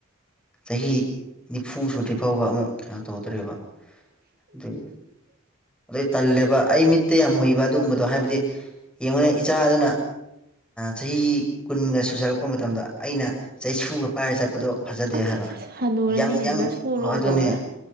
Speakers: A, in the centre; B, on the right (about 45°).
A: ꯆꯍꯤ ꯅꯤꯐꯨ ꯁꯨꯗ꯭ꯔꯤ ꯐꯥꯎꯕ ꯑꯃꯨꯛ ꯀꯩꯅꯣ ꯇꯧꯗ꯭ꯔꯦꯕ ꯑꯗꯨꯒꯤ ꯑꯩ ꯇꯜꯂꯦꯕ ꯑꯩ ꯃꯤꯠꯇ ꯌꯥꯝ ꯎꯏꯕ ꯑꯗꯨꯒꯨꯝꯕꯗꯣ ꯍꯥꯏꯕꯗꯤ ꯌꯦꯡꯉꯨꯅ‌ꯦ ꯏꯆꯥ ꯑꯗꯨꯅ ꯆꯍꯤ ꯀꯨꯟꯒ ꯁꯨꯖꯜꯂꯛꯄ ꯃꯇꯝꯗ ꯑꯩꯅ ꯆꯩꯁꯨꯒ ꯄꯥꯏꯔ ꯆꯠꯄꯗꯣ ꯐꯖꯗꯦ
B: ꯑꯠꯆꯥ
A: ꯍꯥꯏꯕ
B: ꯆꯥ ꯍꯅꯨꯔꯅꯤꯅꯦ
A: ꯌꯥꯪ ꯌꯥꯪ
B: ꯅꯁꯨꯔꯣ
A: ꯑꯗꯨꯅꯦ
B: ꯇꯧꯔ